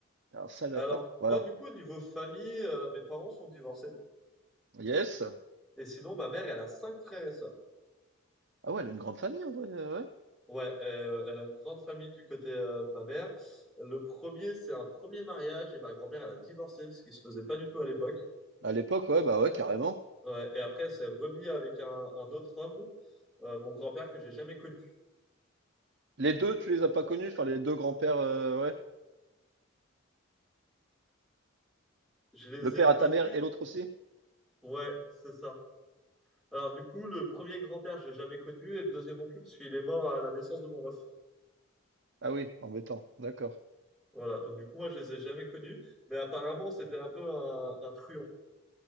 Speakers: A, on the right (about 55°); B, in the centre.
A: un sale,
B: Alors,
A: hop, voilà.
B: moi, du coup, au niveau famille, euh, mes parents sont divorcés.
A: Yes.
B: Et sinon, ma mère, elle a cinq frères et sœurs.
A: Ah ouais, elle a une grande famille, en vrai, euh, ouais.
B: Ouais, euh, elle a une grande famille du côté euh, de ma mère. Le premier, c'est un premier mariage et ma grand-mère, elle a divorcé, ce qui se faisait pas du tout à l'époque.
A: À l'époque, ouais, bah ouais, carrément.
B: Ouais, et après, elle s'est remise avec un, un autre homme, euh, mon grand-père que j'ai jamais connu.
A: Les deux, tu les as pas connus, enfin, les deux grands-pères, euh, ouais.
B: Je les
A: Le
B: ai
A: père
B: connus.
A: à ta mère et l'autre aussi?
B: Ouais, c'est ça. Alors, du coup, le premier grand-père, je l'ai jamais connu et le deuxième non plus parce qu'il est mort à la naissance de mon ref.
A: Ah oui, embêtant, d'accord.
B: Voilà, donc du coup, moi, je les ai jamais connus, mais apparemment, c'était un peu un, un truand.